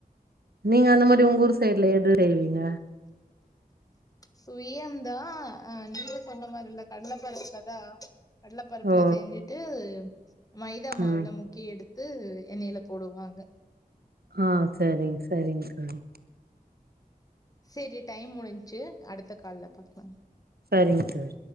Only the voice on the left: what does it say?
சுயம்தா அ நீங்க சொன்ன மாரி இல்ல கட்ல பருப்புலதா கட்லபருப்புல
செய்ஞ்சுட்டு மைதா மாவுல
முக் முக்கி எடுத்து எண்ணெயில போடுவாங்க
செரி டைம் முடிஞ்ச்சி அடுத்த கால்ல பாக்லா